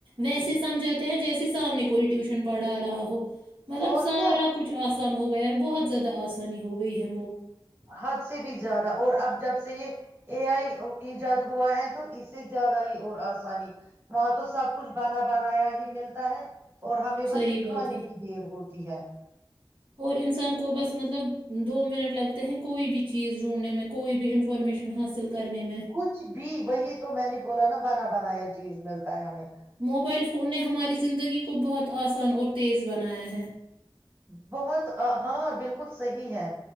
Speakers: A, on the right; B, on the right.
A: ویسے سمجھاتے ہیں جیسے سامنے کوئی ٹیوشن پڑھا رہا ہو مطلب
B: اور
A: سارا
B: کیا
A: کچھ آس ہو گیا ہے بہت زیادہ آسان آانی ہو گئی ہے
B: حد سے بھی زیادہ اور اب جب سے یہ اے آئی ایجاد ہوا ہے تو اس سے زیادہ ہی اور آسانی وہاں تو سب کچھ بناا بنایا ہی ملتا ہے اور ہمیں
A: صحیح
B: بس
A: بات
B: کھانے
A: ہے
B: کی دیر ہوتی ہے <unintelligible>
A: اور انسان کو بس مطلب دو منٹ لگتے ہیں کوئی بھی چیز جوڑنے میں کوئی بھی انفارمیشن حاصل کرنے میں
B: کچھ بھی وہی تو میں نے نہیں بولا نا بنا بنا یہ چیز ملتا ہے ہمیں
A: موبائل فون نے ہماری زندگی کو بہت آسان اور تیز بنایا ہے
B: بہت ہاں بالکل صحیح ہے